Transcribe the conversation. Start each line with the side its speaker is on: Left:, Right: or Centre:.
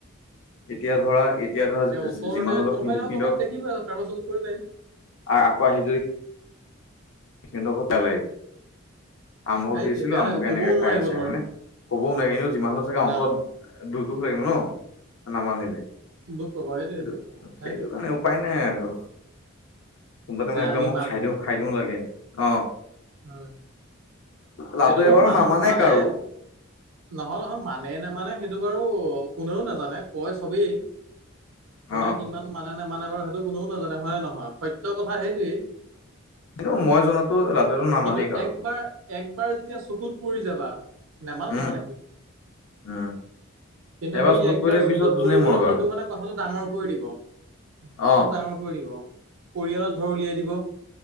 Left: এতিয়া ধৰা তেতিয়া ধৰা
Right: এতিয়া ওচৰতে
Left: যিমান হলেও
Right: কোনোবাই
Left: সি
Right: নহয়
Left: সিতক
Right: কোনোবাই দেখিবই আৰু কাৰোবাৰ চকুত পৰিবই
Left: আকৌ আহি যদি সিহঁ লাগিব। আমুক
Right: সেইটোৱে
Left: দিছিলো
Right: বেয়া
Left: আমুকে
Right: লাগিব কবও
Left: এনেকে
Right: নোৱাৰিব
Left: খাই আছে
Right: ধৰ
Left: হয়নে। ক'বও নোৱাৰি। কিন্তু যিমান চাগে অন্তত
Right: অ
Left: দুূ দুখ লাগিব ন। নামানিলে।
Right: দুখ পাব সেইটোৱে
Left: সেইটো
Right: সেইটোৱে সেইটোৱে
Left: সেইটো কাৰণে উপায় নাই আৰু। কোনোবাতে
Right: যে
Left: মানে একদম
Right: আমি
Left: মই খাই দিওঁ খাই দিও লাগে অ।
Right: হয়।
Left: লাটুৱে
Right: সেইটো বাৰু মানুহ
Left: নামানে
Right: মানে
Left: কাৰো
Right: নহয় নহয় মানুহ, মানে নে মানে সেইটো বাৰু কোনেও নাজানে কয় চবেই, কোনে
Left: অ
Right: কিমান মানে- ম মানে বাৰু সেইটো কোনেও নাজানে হয় নহয় সত্য কথা সেইটোৱেই।
Left: কিন্তু মই জনাতো লাটুৱেটো নামানেই
Right: কিন্তু
Left: কাৰো
Right: একবাৰ এক- বাৰ যেতিয়া চকুত পৰি যাবা নেমানা
Left: উম
Right: নেমান সি।
Left: উম
Right: কিন্তু
Left: এবাৰ
Right: সেই
Left: চকুত
Right: একবাৰ
Left: পৰিলে
Right: চকুত
Left: পিছত যোনে
Right: পৰি গ'লে
Left: মৰক
Right: হয়তো
Left: আৰু
Right: মানে কথাটো ডাঙৰ, কৰি দিব। অকল
Left: অ
Right: ডাঙৰ কৰি দিব, পৰিয়ালত ধৰ উলিয়াই দিব।